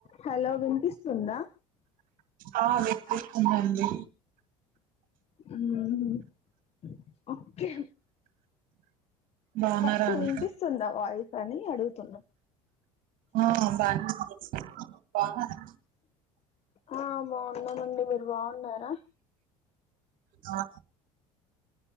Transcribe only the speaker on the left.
Hello వినిపిస్తుందా
హ్మ్ హు ఒక్కే
వట్
వినిపిస్తుందా వాయిస్ అని అడుగుతున్న
ఆ బావున్నామండి మీరు బావున్నారా